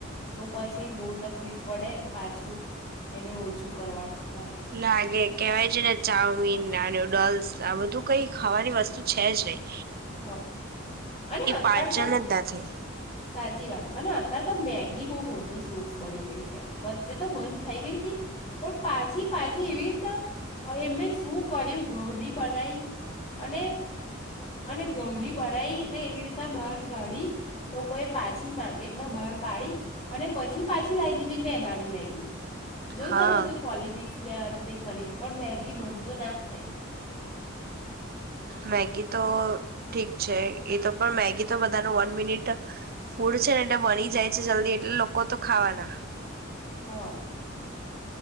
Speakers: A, on the left (about 30°); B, on the right (about 50°).
A: તો પછી બહુ તકલીફ પડે પાછું એને ઓછું કરવા. માટે
B: લાગે. કહેવાય છે ને ચાઉમીન ના નૂડલ્સ આ બધું કઈ ખાવાની વસ્તુ છે જ નહીં.
A: હ અને અતાર
B: પાચન
A: તો
B: જ ના થઈ
A: સાચી વાત અને ત્યારે તો મેગી બહુ મોટો સોર્સ બની ગઈ છે. વચ્ચે તો બંધ થઈ ગઈ હતી પણ પાછી પાછી એવી રીતના એમણે શું કર્યું ઘઉની બનાવી અને અને ઘઉંની બનાઈ એ ને એવી રીતના બહાર કાઢી લોકોએ પાછી માર્કેટમાં બહાર પાડી અને પછી પાછી લાવી દીધી મેદાની મેગી. જો
B: હા
A: તમે બધું પોલિટિક <inaudible> ખરી પણ મેગી બંધ તો ના જ થઈ.
B: મેગી. તો ઠીક. છે એ તો પણ મેગી તો બધાનું વન મિનિટ ફૂડ છે ને એટલે મળી જાય છે જલ્દી એટલે લોકો તો ખાવાના.
A: હા.